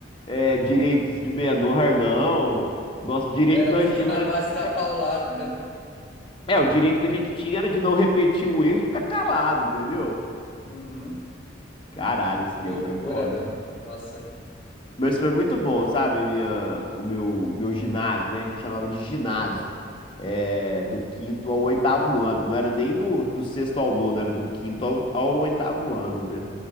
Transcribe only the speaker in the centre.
era
tudo
na
base
da paulada.
Uhum,
que
loucura,
mano. Nossa,